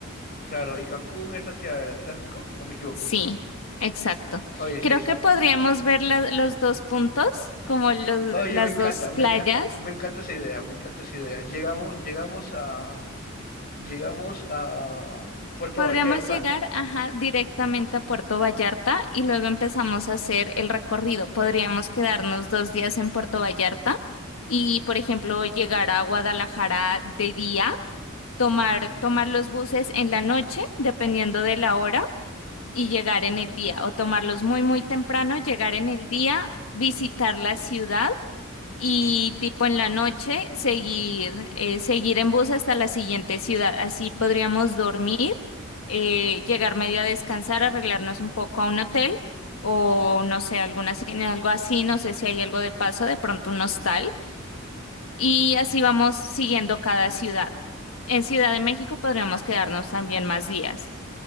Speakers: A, on the left; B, on the left.
A: Claro, ¿y Cancún es hacia el Atlántico o me equivoco?
B: sí, exacto.
A: Oye, sí,
B: Creo
A: es-
B: que podríamos ver la- los dos puntos, como los,
A: oye,
B: las
A: me encanta,
B: dos
A: me
B: playas.
A: encanta, me encanta esa idea, me encanta esa idea. Llegamos, llegamos a, llegamos a Puerto
B: Podríamos
A: Vallarta.
B: llegar, ajá, directamente a Puerto Vallarta y luego empezamos a hacer el recorrido. Podríamos quedarnos dos días en Puerto Vallarta y, por ejemplo, llegar a Guadalajara de día, tomar,
A: Ujú,
B: tomar los buses en la noche, dependiendo de la hora, y llegar en el día, o tomarlos muy, muy temprano, llegar en el día, visitar la ciudad y tipo en la noche seguir, eh, seguir en bus hasta la siguiente ciudad. Así podríamos dormir, eh, llegar medio a descansar, arreglarnos un poco a un hotel o no sé, alguna, ci- algo así, no sé si hay algo de paso, de pronto un hostal
A: ujú.
B: y así vamos siguiendo cada ciudad. En Ciudad de México podríamos quedarnos también más días.